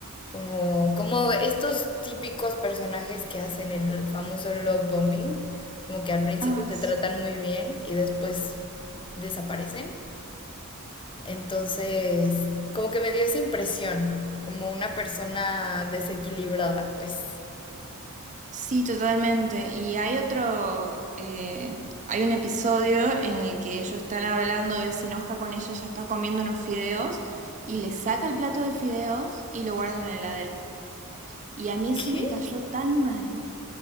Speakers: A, on the left; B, on the right.
A: Como, como estos típicos personajes que hacen el famoso love bombing, como que al principio
B: Ah,
A: te
B: s-
A: tratan muy bien y después desaparecen. Entonces, como que me dio esa impresión, como una persona desequilibrada, pues.
B: sí, totalmente. Y hay otro, eh, hay un episodio en el que ellos están hablando, él se enoja con ella, ella está comiendo unos fideos, y le saca el plato de fideos y lo guarda en la heladera. Y a mí eso
A: ¿Qué?
B: me cayó tan mal,